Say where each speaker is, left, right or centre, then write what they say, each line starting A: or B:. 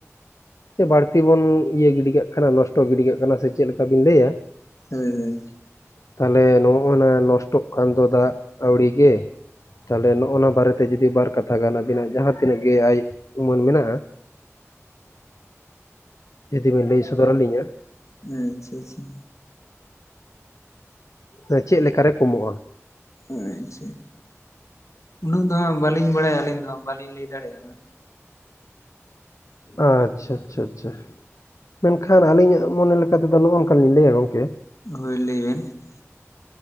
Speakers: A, on the left; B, on the left.
A: ᱥᱮ ᱵᱟᱹᱲᱛᱤ ᱵᱚᱱ ᱤᱭᱟᱹ ᱜᱤᱰᱤ ᱠᱟᱜ ᱠᱟᱱᱟ ᱱᱚᱥᱴᱚ ᱜᱤᱰᱤ ᱠᱟᱜ ᱠᱟᱱᱟ ᱥᱮ ᱪᱮᱫ ᱞᱮᱠᱟ ᱵᱤᱱ ᱞᱟᱹᱭᱟ?
B: ᱦᱩᱸ ᱦᱩᱸ
A: ᱛᱟᱦᱚᱞᱮ ᱱᱚᱜ ᱱᱟ ᱱᱚᱥᱴᱚᱜ ᱠᱟᱱ ᱫᱚ ᱫᱟᱜ ᱟᱹᱣᱲᱤ ᱜᱮ ᱛᱟᱦᱚᱞᱮ ᱱᱚᱜᱚ ᱱᱟ ᱵᱟᱨᱮᱛᱮ ᱡᱩᱫᱤ ᱵᱟᱨ ᱠᱟᱛᱷᱟ ᱜᱟᱱ ᱟᱵᱤᱱᱟᱜ ᱡᱟᱦᱟᱸ ᱛᱤᱱᱟᱹᱜ ᱜᱮ ᱟᱭ ᱩᱢᱟᱹᱱ ᱢᱮᱱᱟᱜᱼᱟ ᱡᱩᱫᱤ ᱵᱤᱱ ᱞᱟᱹᱭ ᱥᱚᱫᱚᱨ ᱟᱹᱞᱤᱧᱟᱜ?
B: ᱦᱮᱸ ᱪᱷᱟ ᱪᱷᱟ
A: ᱛᱚ ᱪᱮᱫ ᱞᱮᱠᱟ ᱨᱮ ᱠᱚᱢᱚᱜᱼᱟ?
B: ᱟ ᱪᱷᱟ ᱩᱱᱟᱹᱜ ᱫᱚ ᱦᱟᱸᱜ ᱵᱟᱹᱞᱤᱧ ᱵᱟᱲᱟᱭᱟ ᱟᱹᱞᱤᱧ ᱫᱚ ᱦᱟᱸᱜ ᱵᱟᱹᱞᱤᱧ ᱞᱟᱹᱭ ᱫᱟᱲᱮᱭᱟᱜᱼᱟ ᱦᱟᱸᱜ᱾
A: ᱟ ᱪᱷᱟ ᱪᱷᱟ ᱪᱷᱟ᱾ ᱢᱮᱱᱠᱷᱟᱱ ᱟᱹᱞᱤᱧᱟᱜ ᱢᱚᱱᱮ ᱞᱮᱠᱟᱛᱮᱫᱚ ᱱᱚᱜᱼᱚ ᱱᱚᱝᱠᱟ ᱞᱤᱧ ᱞᱟᱹᱭᱟ ᱜᱚᱝᱠᱮ᱾
B: ᱦᱚᱭ ᱞᱟᱹᱭ ᱵᱤᱱ ᱾